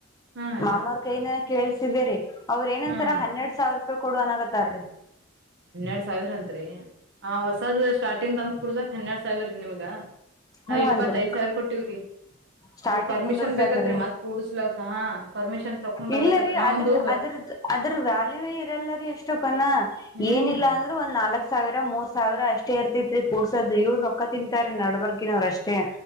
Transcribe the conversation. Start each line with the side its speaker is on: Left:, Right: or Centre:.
Right: ಹಾ
Left: ಮಾಮವ್ರ
Right: ರೀ
Left: ಕೈಯಿಂದನೆ ಕೇಳ್ಸಿದೇರಿ ಅವ್ರ ಏನಂತಾರ
Right: ಹಾ
Left: ಹನ್ನೆರಡ್ ಸಾವಿರ ರೂಪಾಯಿ ಕೊಡು ಅನ್ನಕತ್ತಾರಿ.
Right: ಹನ್ನೆರಡ್ ಸಾವಿರ ಅಂತ್ರಿ ಆ ಹೊಸದ್ ಸ್ಟಾರ್ಟಿಂಗ್ ತಂದ್ ಕುಡ್ಸಕ್ ಹನ್ನೆರಡ್ ಸಾವಿರ ರೀ ನಿಮ್ಗ. ನಾವ್
Left: ಹ್ಮ್
Right: ಇಪ್ಪತ್ತೈದ್
Left: ಅಂತ್ರಿ
Right: ಸಾವಿರ ಕೊಟ್ಟಿವ್ರಿ.
Left: ಸ್ಟಾರ್ಟಿಂಗ್
Right: ಅದ ಪರ್ಮಿಷನ್
Left: ಕುಂದರ್ಸಾಕ್ರಿ
Right: ಬೇಕತ್ರಿ ಮತ್ ಕೂಡ್ಸ್ಲಕ್ಕ ಹ ಪರ್ಮಿಷನ್ ತಕೊಂಡ್ ಬರ್ಬೇಕಂತ
Left: ಇಲ್ಲರಿ
Right: ನಾವೊಂದು
Left: ಅದ್ರದ್ ಅದ್ರದ್ ಅದ್ರ ವ್ಯಾಲ್ಯೂ ಇರಲ್ಲರಿ ಎಷ್ಟು ಕನ
Right: ಹ್ಮ್
Left: ಏನಿಲ್ಲ
Right: ಹ್ಮ್
Left: ಆನ್ ಒಂದ್ ನಾಲ್ಕ್ ಸಾವ್ರ ಮೂರ್ ಸಾವಿರ ಅಷ್ಟ ಇರ್ತಿತ್ರಿ ಕೂರ್ಸೋದು ಇವ್ರ್ ರೊಕ್ಕಾ ತಿಂತಾರೀ ನಡಬರ್ ಕಿನವ್ರಷ್ಟೇ